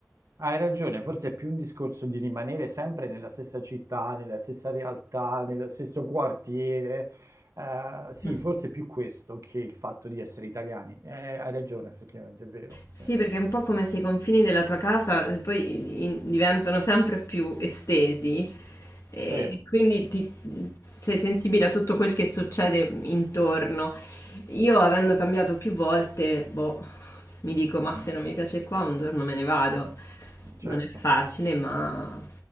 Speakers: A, on the right; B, on the left.
A: hai ragione, forse è più un discorso di rimanere sempre nella stessa città, nella stessa realtà, nello stesso quartiere. Eh, sì,
B: Mm.
A: forse è più questo che il fatto di essere italiani. Eh, hai ragione, effettivamente, è vero. Sì,
B: Sì, perché è un po' come se i confini della tua casa eh, poi in- diventano sempre più estesi e
A: sì,
B: quindi ti- sei sensibile a tutto quel che succede intorno. Io, avendo cambiato più volte, boh, mi dico,
A: mhm,
B: ma se non mi piace qua, un giorno me ne vado.
A: Certo.
B: Non è facile, ma